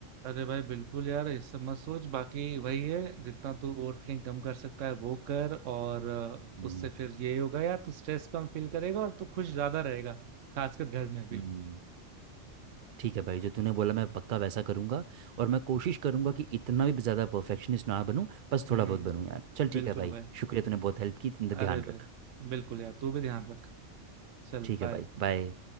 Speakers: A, on the right; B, on the right.
A: अरे भाई बिल्कुल यार इस सब मत सोच बाकी वही है जितना तू ओवर थिंकिंग कम कर सकता है वो कर और अ,
B: हम्म
A: उससे फिर यही होगा यार तू स्ट्रेस कम फील करेगा और तू खुश ज्यादा रहेगा खासकर घर में भी
B: हम्म, ठीक है भाई जो तूने बोला मैं पक्का वैसा करूँगा और मैं कोशिश करूँगा कि इतना भी ज़्यादा परफेक्शनिस्ट ना बनूँ बस
A: हम्म
B: थोड़ा बहुत बनूँ यार चल
A: बिल्कुल
B: ठीक है भाई
A: भाई
B: शुक्रिया तूने बहुत हेल्प की अपना
A: अरे
B: ध्यान
A: भाई
B: रख
A: बिल्कुल यार तू भी ध्यान रख चल
B: ठीक है
A: बाय
B: भाई बाय